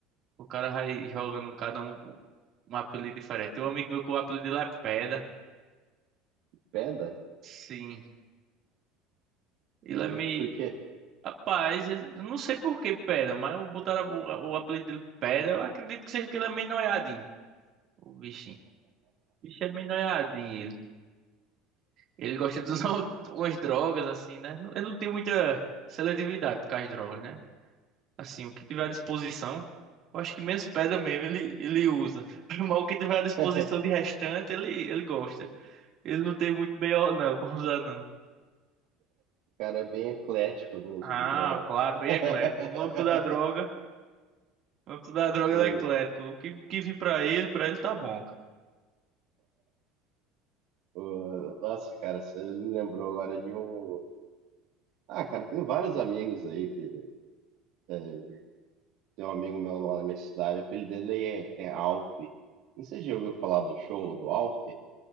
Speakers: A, on the right (about 35°); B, on the right (about 50°).
A: o cara vai jogando cada um um apelido diferente. Tem um amigo meu que o apelido dele é Pedra.
B: Peda?
A: Sim. Ele
B: E-
A: é meio.
B: Por quê?
A: Rapaz, eu não sei por que Pedra, mas botaram o, o apelido dele de Pedra. Eu acredito que seja que ele é meio noiadinho, o bichinho. O bicho é meio noiadinho, ele. Ele gosta de usar <laughs> umas drogas, assim, né? Ele não tem muita seletividade com as drogas, né? Assim, o que tiver à disposição, eu acho que menos Pedra mesmo ele, ele usa. <laughs> Mas o que tiver à disposição
B: <laughs>
A: de restante, ele, ele gosta. Ele não tem muito BO, não, pra usar, não.
B: cara é bem eclético no uso
A: Ah,
B: de drogas.
A: claro,
B: <laughs>
A: bem eclético. No âmbito da droga. Vamos dar a droga
B: E,
A: do eclético. O que, o que vim pra ele, pra ele tá bom, cara.
B: pô, nossa, cara, você me lembrou agora de um. Ah, cara, tem vários amigos aí que. é, tem um amigo meu lá na minha cidade, o apelido dele é, é Alf. Não sei se já ouviu falar do show do Alf.